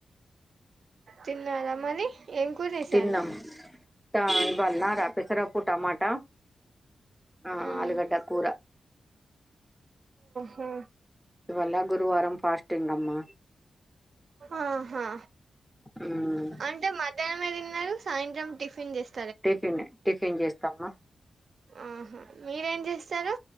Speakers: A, on the right; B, in the centre.
A: తిన్నారా మరి ఏంకురేసాను
B: తిన్నాం ట- ఇవాళ రాపకు రాపాకు టమాట ఆ
A: ఉమ్
B: ఆలుగడ్డ కూర
A: హు
B: వల్ల గురువారం ఫాస్టింగ్ అమ్మా
A: ఆహా
B: ఉమ్
A: అంటే మధ్యానం మిర్దిన్నారు సాయంత్రం టిఫిన్ చేస్
B: టిఫిన్ టిఫిన్ చేస్తామ
A: ఆహా మీరేంజెస్తరు